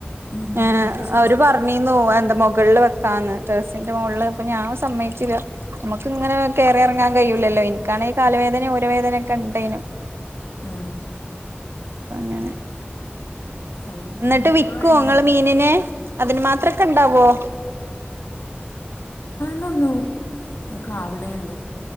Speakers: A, on the left; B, on the right.
A: എൻ്റെ
B: ഏ
A: ഷീറ്റിട്ട്
B: അവര് പറഞ്ഞീന്നു എന്റെ മുകളില് വെ ക്കാന്ന് ടാറസിന്റെ മുകളിൽ ഇപ്പൊ ഞാൻ സമ്മയിച്ചില്ല നമമ്മക്ക് ഇങ്ങന ക കേറി ഇറങ്ങാൻ കഴില്ലല്ലോ ക്കണെങ്കിൽ കാലുവേദനയും ഊരവേദനയക്കെ ഉണ്ടേനും
A: ആഹ
B: അങ്ങനെ
A: അത്
B: എന്നിട്ട്
A: ഇൻ്റെ
B: വിക്കും
A: തന്നെ
B: നിങ്ങള് മീനിനെ അതിന് മാത്ര അത്രക്കെ ഉണ്ടാവോ
A: നോന്നുക്കവിടേ ഉള്ളു